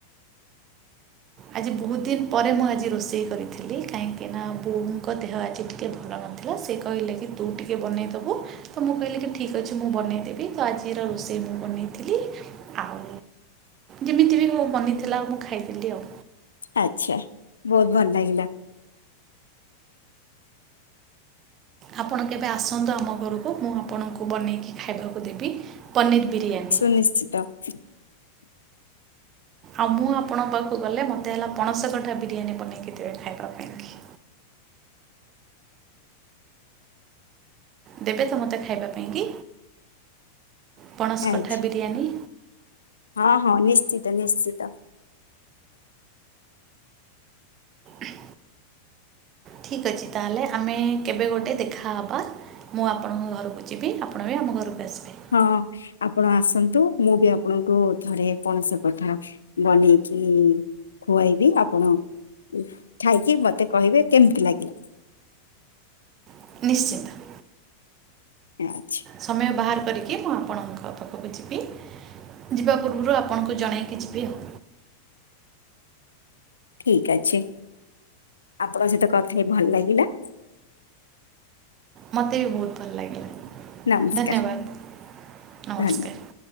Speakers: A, on the right; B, on the left.
A: ଆଜି ବହୁତ ଦିନ୍ ପରେ ମୁଁ ଆଜି ରୋଷେଇ କରିଥିଲି କାହିଁକିନା ବୋହୁ ଙ୍କ ଦେହ ଆଜି ଟିକେ ଭଲ ନଥି ଲେ ସେ କହିଲେ କି ତୁ ଟିକେ ବନେଇଦବୁ ତ ମୁଁ କହିଲି କି ଠିକ୍ ଅଛି ମୁଁ ବନେଇଦେବି ତ ଆଜିର ରୋଷେଇ ମୁଁ ବନେଇଥିଲି ଆଉ ଯେମିତି ବି ହଉ ବନିଥିଲା ଆଉ ମୁଁ ଖାଇଥିଲି ଆଉ
B: ଆଛା ବହୁତ୍ ଭଲ୍ ଲାଗିଲା
A: ଆପଣ କେବେ ଆସନ୍ତୁ ଆମ ଘରକୁ ମୁଁ ଆପଣଙ୍କୁ ବନେଇକି ଖାଏବାକୁ ଦେବି ପନିର୍ ବିରିୟାନୀ।
B: ନିଶ୍ଚିତ ସେଇଟି
A: ଆଉ ମୁଁ ଆପଣଙ୍କ ପାକୁ ଗଲେ ମୋତେ ହେଲା ପଣସ କଠା ବିରିୟାନୀ ବନେଇକି ଦେବେ ଖାଇବା ପାଇଁକି ଦେବେ ତ ମୋତେ ଖାଇବା ପାଇଁକି ପଣସ୍
B: ଆଚ୍ଛା
A: କଠା ବିରିୟାନୀ
B: ହଁ ହଁ ନିଶ୍ଚିତ ନିଶ୍ଚିତ
A: ଉଁହ ଠିକ୍ ଅଛି ତାଲେ ଆମେ କେବେ ଗୋଟେ ଦେଖାହବା ମୁଁ ଆପଣଙ୍ଗ ଘରକୁ ଯିବି ଆପଣ ବି ଆମ ଘରକୁ ଆସିବେ
B: ହଁ ଆପଣ ଆସନ୍ତୁ ମୁଁ ବି ଆପଣଙ୍କୁ ଥରେ ପଣସ କଠା ବନେଇକି ଖୁଆଇବି ଆପଣ ଉଁ ଖାଇକି ମତେ କହିବେ କେମିତି ଲାଗିଲା
A: ନିଶ୍ଚିନ୍ତ
B: ହଁ ଅଛି।
A: ସମୟ ବାହାର୍ କରିକି ମୁଁ ଆପଣଙ୍କ ପାଖକୁ ଯିବି ଯିବା ପୂର୍ବରୁ ଆପଣଙ୍କୁ ଜଣେଇକି ଯିବି ଆଉ
B: ଠିକ୍ ଅଛି ଆପଣଙ୍ଗ ସହିତ କଥା ହେଇ ଭଲ୍ ଲାଗିଲା
A: ମୋତେ ବି ବହୁତ୍ ଭଲ୍ ଲାଗିଲା
B: ନମସ୍କାର
A: ଧନ୍ୟବାଦ ନମସ୍କାର
B: ଧନ୍ୟବାଦ।